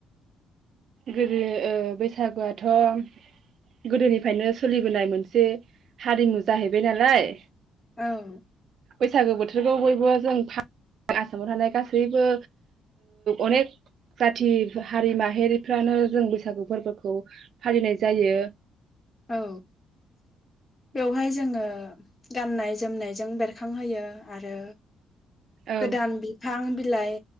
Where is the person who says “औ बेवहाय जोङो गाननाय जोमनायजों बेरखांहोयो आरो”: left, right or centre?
Left